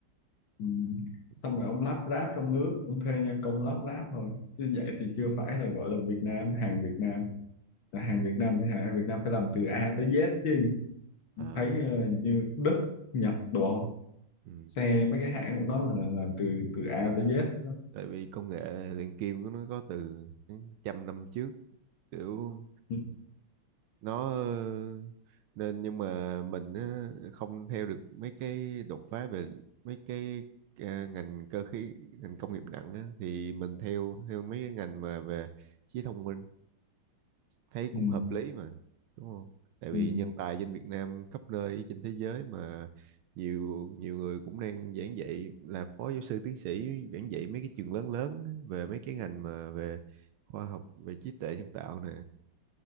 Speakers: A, on the left; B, on the right.
A: ừ. xong
B: ừ.
A: rồi ông lắp ráp trong nước ông thuê nhân công lắp ráp thôi chứ vậy thì chưa phải là gọi là Việt Nam hàng Việt Nam là hàng Việt Nam thì hàng Việt Nam phải làm từ A tới Z chứ
B: Ờ.
A: thấy ờ, như Đức Nhật đồ
B: ừ.
A: xe mấy cái hãng của nó là làm từ từ A tới Z đó.
B: tại vì công nghệ luyện kim của nó có từ trăm năm trước kiểu
A: Ừ.
B: nó ờ, nên nhưng mà mình á, không theo được mấy cái đột phá về mấy cái ờ, ngành cơ khí ngành công nghiệp nặng á, thì mình theo theo mấy cái ngành mà về trí thông minh thấy cũng
A: Ừ.
B: hợp lý mà đúng không tại vì
A: Ừ.
B: nhân tài trên Việt Nam khắp nơi trên thế giới mà nhiều nhiều người cũng đang giảng dạy là phó giáo sư tiến sĩ giảng dạy mấy cái trường lớn lớn á, về mấy cái ngành mà về khoa học về trí tuệ nhân tạo nè